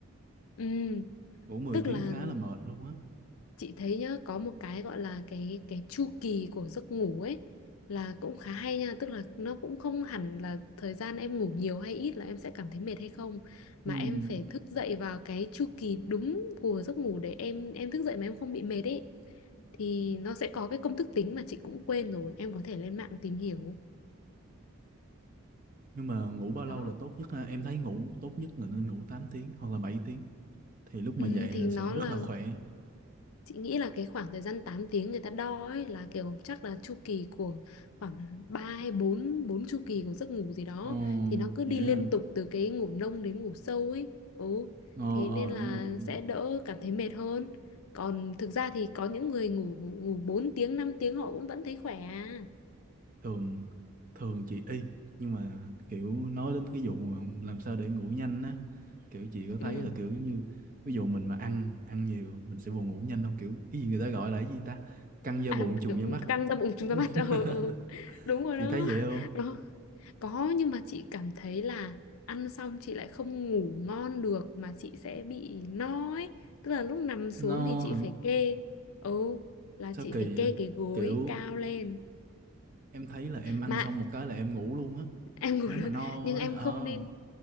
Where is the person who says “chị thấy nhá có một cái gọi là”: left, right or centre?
Left